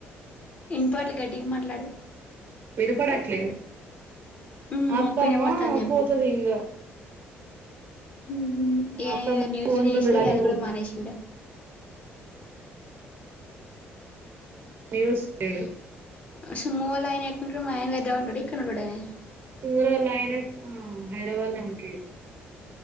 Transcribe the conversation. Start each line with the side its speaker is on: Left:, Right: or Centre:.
Left: ఇనపట్లే గట్టిగా మాట్లాడు
Right: వినపడట్లే
Left: ఉ
Right: అత్తమ్మా
Left: ఇప్పుడు వినపడతాంది చెప్పు
Right: పోతది ఇంగా
Left: ఇగ
Right: అత్తమ్మ
Left: ఆయన ఏదో న్యూసులు
Right: వంటుండడానికి
Left: చేసే అది
Right: పోతది
Left: కూడా బంద్ చేసిండా
Right: న్యూస్ ఏడు
Left: ఓషి మొవ్వలా ఆయన ఎక్కడుంటాడు <unintelligible> ఇక్కడ ఉంటాడ ఆయనే
Right: సురోల్ల ఆయన హైదరాబాదులోనే ఉంటాడు